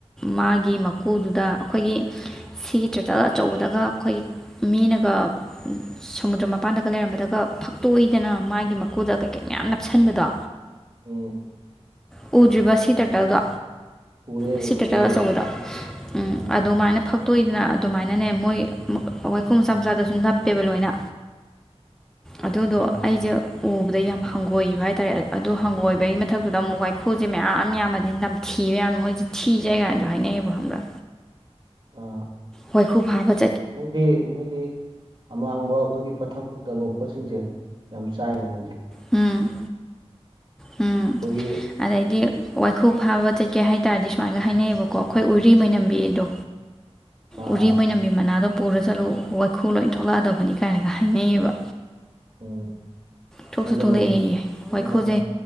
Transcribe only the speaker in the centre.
ꯃꯥꯒꯤ ꯃꯀꯨꯗꯨꯗ ꯑꯩꯈꯣꯏꯒꯤ ꯁꯤꯒꯤ ꯇ꯭ꯔꯦꯇꯔ ꯑꯆꯧꯕꯗꯒ ꯑꯩꯈꯣꯏꯒꯤ ꯃꯤꯅꯒ ꯁꯃꯨꯗ꯭ꯔ ꯃꯄꯥꯟꯗꯒ ꯂꯩꯔꯝꯕꯗꯒ ꯐꯛꯇꯣꯏꯗꯅ ꯃꯥꯒꯤ ꯒꯤ ꯃꯀꯨꯗ ꯀꯩ-ꯀꯩ ꯃꯌꯥꯝ ꯅꯞꯁꯤꯟꯕꯗꯣ
ꯎꯗ꯭ꯔꯤꯕ ꯁꯤ ꯇꯇꯜꯗꯣ
ꯁꯤ
ꯇꯇꯜ ꯑꯆꯧꯕꯗꯣ ꯎꯝ
ꯑꯗꯨꯃꯥꯏꯅ ꯐꯛꯇꯣꯏꯗꯅ ꯑꯗꯨꯃꯥꯏꯅꯅꯦ ꯃꯣꯏ ꯋꯥꯏꯈꯣ ꯃꯆꯥ ꯃꯆꯥꯗꯁꯨꯨꯝ ꯅꯞꯄꯦꯕ ꯂꯣꯏꯅ ꯑꯗꯨꯗꯣ
ꯑꯩꯁꯦ ꯎꯕꯗ ꯌꯥꯝ ꯍꯪꯒꯣꯏꯕ ꯍꯥꯏꯇꯥꯔꯦ ꯑꯗꯨ ꯍꯪꯒꯣꯏꯕꯒꯤ ꯃꯊꯛꯇꯗ ꯑꯃꯨꯛ ꯋꯥꯏꯈꯨꯜꯁꯦ ꯃꯌꯥꯝ ꯌꯥꯝꯃꯗꯤ ꯅꯝ ꯊꯤꯕ ꯌꯥꯝ ꯃꯣꯏꯁ ꯊꯤꯖꯦ ꯀꯅꯗꯣ ꯍꯥꯏꯅꯩꯌꯦꯕꯣ ꯈꯪꯕ꯭ꯔꯥ
ꯋꯥꯣꯏꯈ ꯐꯥꯕꯗ
ꯎꯝ ꯎꯝ
ꯑꯗꯩꯗꯤ ꯋꯥꯏꯈꯨ ꯐꯥꯕ ꯆꯠꯀꯦ ꯍꯥꯏꯇꯥꯔꯗꯤ ꯁꯨꯃꯥꯏꯅꯒ ꯍꯥꯏꯅꯩꯌꯦꯕꯀꯣ ꯑꯩꯈꯣꯏ ꯎꯔꯤ ꯃꯅꯝꯕꯤ ꯑꯗꯣ
ꯎꯔꯤ
ꯃꯣꯏꯅꯕꯤ ꯃꯅꯥꯗꯣ ꯄꯨꯔ ꯆꯠꯂꯨ ꯋꯥꯏꯈꯨ ꯂꯣꯏ ꯊꯣꯛꯂꯛꯑꯗꯕꯅꯤ ꯀꯥꯏꯅꯒ ꯍꯥꯏꯅꯩꯌꯦꯕ
ꯊꯣꯛꯁꯨ
ꯊꯣꯛꯂꯛꯑꯦꯌꯦ
ꯋꯥꯏꯈꯨꯁꯦ